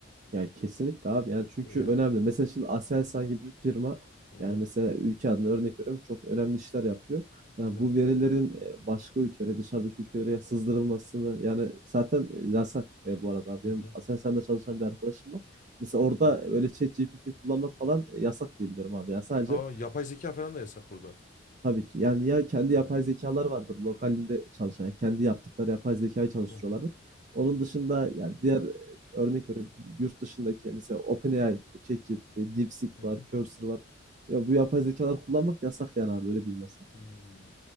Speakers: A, on the right; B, on the left.
A: Yani kesinlikle abi. Yani çünkü
B: Yani
A: önemli. Mesela şimdi Aselsan gibi bir firma
B: Hı
A: yani
B: hı.
A: mesela ülke adına örnek veriyorum çok önemli işler yapıyor. Yani
B: evet.
A: bu verilerin e, başka ülkelere, dışarıdaki ülkelere sızdırılmasını yani zaten yasak e, bu arada. Benim
B: Hı hı.
A: Aselsan'da çalışan bir arkadaşım var. Mesela orada
B: Hı hı.
A: öyle ChatGPT kullanmak falan e, yasak diye biliyorum abi. Ya sadece
B: Aa yapay zeka falan da yasak orada.
A: Tabii ki. Yani ya kendi yapay
B: Hmm.
A: zekalar vardır lokalinde çalışan. yani kendi yaptıkları yapay zekayı çalıştırıyorlardır.
B: Hı hı.
A: Onun dışında ya diğer e, örnek veriyorum yurt dışındaki mesela OpenAI, ChatGPT, DeepSeek
B: Hı
A: var,
B: hı.
A: Cursor var. Ya bu yapay zekalar kullanmak yasak yani abi öyle diyeyim ben sana.
B: Hmm.